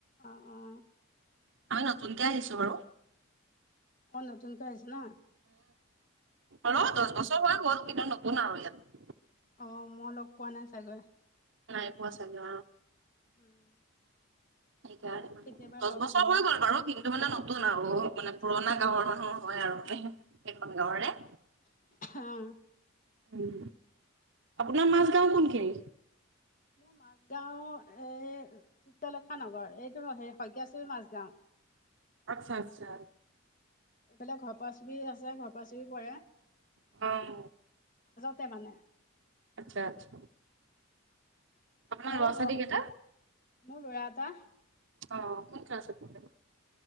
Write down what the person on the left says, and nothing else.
অ অ।
অ নতুনকৈ আহিছে না।
অ, মই লগ পোৱা নাই চাগে।
উম
পাম
কেতিয়াবা
লগ
গলে
অ
হাঁ।
মোৰ মাজ গাও এই চিত্ৰলেখা নগৰ এইটো হ শইকীয়াশৰি মাজগাওঁ। <inaudible>
এইফালে ঘৰ পা চৰি আছে ঘৰ পা চি কৰে।
তে মানে।
মোৰ
ঘৰ
মোৰ লৰা এটা।